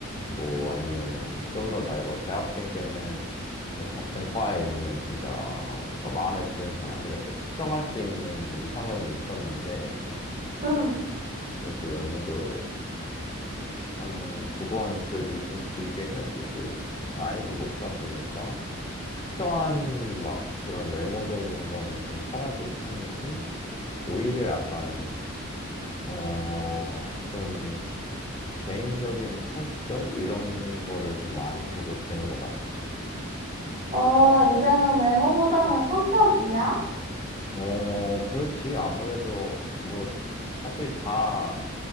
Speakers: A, on the left; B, on the right.
A: 뭐 아니면은 좀 더 나이 뭐 대학생 때는 뭐 같은 과에 있는 진짜 뭔가 마음에 드는 사람 이렇게 특정할 수 있는 이상형이 있었는데
B: 응.
A: 그래도 연애도 한 두 번 그래도 좀 길게 해보고 나이도 먹다 보니까 특정한 막 그런 외모적인 거는 좀 사라진 편이고 오히려 약간 어, 좀 개인적인 성격 이런 거를 좀 많이 보게 되는 것 같아.
B: 어, 이제는 외모보다는 성격이야?
A: 어, 그렇지. 아무래도 뭐 사실 다